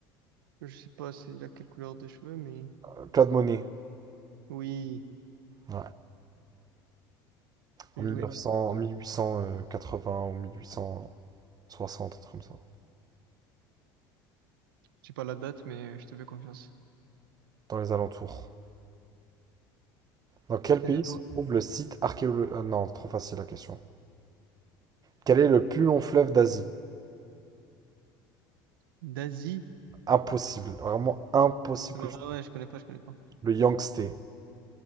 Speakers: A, on the right; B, on the right.
A: Je sais pas s'il a quelle couleur de cheveux, mais
B: Euh, Claude Monet.
A: oui,
B: Ouais.
A: j'ai
B: En 1900,
A: joué.
B: en mille huit cent euh, quatre-vingts ou mille huit cent soixante, un truc comme ça.
A: J'ai pas la date, mais je te fais confiance.
B: dans les alentours. Dans quel
A: Vas-y,
B: pays
A: à toi.
B: se trouve le site archéologique? non, trop facile la question. Quel est le plus long fleuve d'Asie?
A: Daisy?
B: Impossible, vraiment impossible
A: Ouais,
B: que tu...
A: ouais, je connais pas, je connais pas.
B: Le Yangtze.